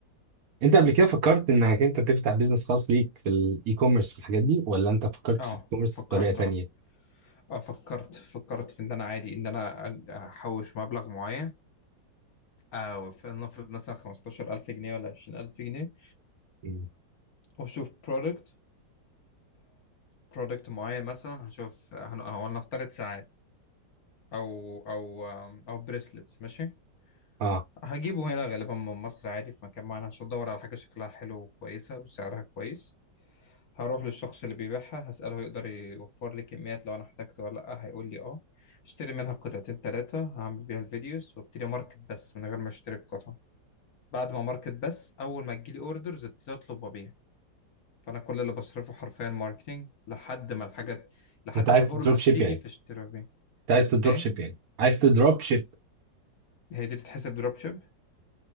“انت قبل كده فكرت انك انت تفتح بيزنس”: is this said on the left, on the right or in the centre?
Right